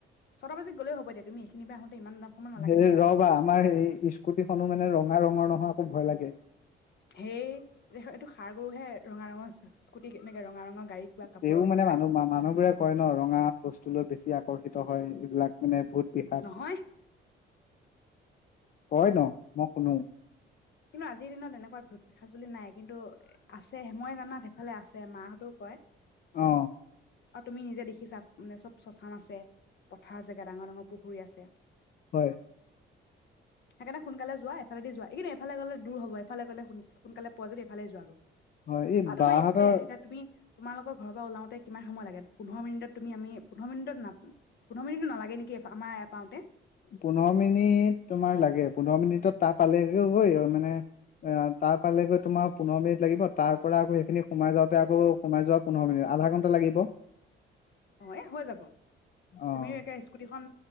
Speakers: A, on the left; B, on the left.
A: ছটা বাজাত গলেও হ'ব এতিয়া উম এইখিনি। ইমান সময় নালাগে
B: হে
A: নহয়
B: ৰবা আমাৰ সেই স্কুটি খনো মানে ৰঙা ৰঙৰ নহয়। অ আকৌ ভয় লাগে।
A: সেই দেখ এইটো ষাৰ গৰুহে ৰঙা ৰঙৰ স্কুটি কে। <unintelligible> ৰঙৰ ৰঙা গাড়ীক বা কাপোৰক
B: তেওঁ
A: হেৰি
B: মানে
A: কৰে
B: মানুহ মানুহ বোৰে কয় ন ৰঙা বস্তু লৈ বেছি আকৰ্ষিত হয় এইবিলাক মানে ভূত পিশাচ
A: নহয়
B: কয় ন মই শুনো
A: কিন্তু আজিৰ দিনত এনেকুৱা ভূত পিশাচ বোলি নাই কিন্তু আছে মই জানাত সেইফালে আছে মা হতেও কয়
B: অ
A: আৰু তুমি নিজে দেখিছা মানে চব শ্মশান আছে পথাৰ জেগা ডাঙৰ ডাঙৰ পুখুৰী আছে
B: হয়
A: সেইকাৰণে সোনকালে যোৱা এফালেদি যোৱা এইকেইদিন এফালে গ'লে দূৰ হ'ব এফালে গলে সোনকালে পোৱা যদি ইফালে যোৱা গৈ
B: হয় এই
A: অ
B: বাহঁতৰ
A: তোমাৰ এইপাৰে এতিয়া তুমি তোমালোকৰ ঘৰৰ পৰা ওলাওঁতে কিমান সময় লাগে পোন্ধৰ মিনিটত তুমি আমি পোন্ধৰ মিনিট না পোন্ধৰ মিনিট নালাগে নেকি আমাৰ এয়া পাওঁতে
B: পোন্ধৰ মিনিট তোমাৰ লাগে পোন্ধৰ মিনিটত তাৰ পালে গৈ মানে তাৰ পালে গৈ তোমাৰ পোন্ধৰ মিনিট লাগিব তাৰ পৰা আকৌ সেইখিনি সোমাই যাওঁতে আকৌ সোমাই যোৱা পোন্ধৰ মিনিট আধা ঘন্টা লাগিব
A: অ এই হৈ যাব
B: অ
A: তুমি একে স্কুটিখন